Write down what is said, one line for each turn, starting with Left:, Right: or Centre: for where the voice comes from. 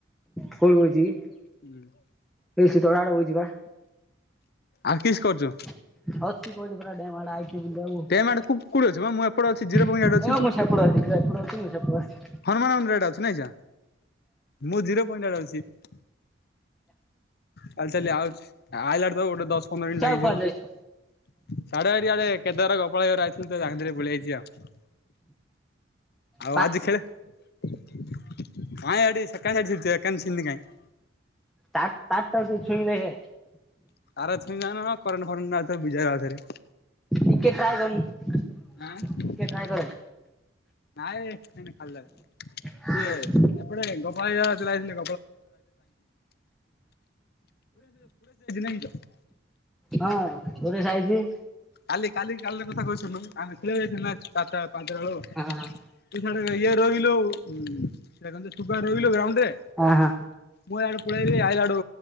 Centre: କୋଉଠି ବଇଚିକି।
Left: ହୁଁ।
Centre: ରିଶି ତଳ ଆଡୁକୁ ଯିବା।
Left: ଆଉ କିସ୍ କରୁଛୁ।
Centre: <unintelligible>
Left: ଡ୍ୟାମ ଆଡେ କୋଉଠି ଅଛୁ
Centre: <unintelligible>
Left: ମ ମୁଁ ଏପଟେ ଅଛି ଜିରୋ ପଏଣ୍ଟ ଆଡେ ଅଛି ତୁ ହନୁମାନ ମନ୍ଦିର ଆଡେ ଅଛି ନେଇଯା। ମୁଁ ଜିରୋ ପଣ୍ଟଟ ଆଡେ ଅଛି। ଚାଲି ଚାଲି ଆଉଛି ଆଇଲାଡୁ ତାକୁ ଗୋଟେ ଦଶ ପନ୍ଦର ମିନିଟ
Centre: ସିଆଉ
Left: ଲାଗିଯିବ।
Centre: କୁଆଡେ ଯାଇଛୁ?
Left: <unintelligible> ଆଉ
Centre: ବା
Left: ଆଜି ଖେଳେ। <unintelligible>
Centre: ତା ତାସ୍ ଟାକୁ ଟିକେ ଛୁଇଁକି ଦେଖେ।
Left: <unintelligible>
Centre: ଟିକେ ଟ୍ରାଏ କରୁନୁ।
Left: ଆଁ ନାଇ
Centre: ଟିକେ
Left: ବେ
Centre: ଟ୍ରାଏ କରେ।
Left: ଏଇନେ ଖାଲିଟାରେ। <unintelligible>
Centre: ହଁ
Left: ପୁରା ସେ ଯୋଉ ପୁରା ସେ ଯାଇଛି ନାଇଁ କିଲୋ।
Centre: ହଁ ସୁରେଶ ଆଇଚି।
Left: କାଲି କାଲି କାଲିର କଥା କହୁଚି ଶୁଣୁନୁ ଆମେ ଖେଳିଆକୁ ଯାଇଥିଲୁ ନା ଚାରଟା ପାଞ୍ଚଟା ବେଳୁକୁ।
Centre: ହଁ ହଁ।
Left: ତୁ ସିଆଡେ ଇଏ ରହିଲୁ ସେଟା କନ୍ତି ତୁ ପା ରହିଲୁ ଗ୍ରାଉଣ୍ଡରେ।
Centre: ଆହା
Left: ମୁଁ ଇଆଡେ ପଳେଇ ଆଇଲି ଆଇଲାଟୁ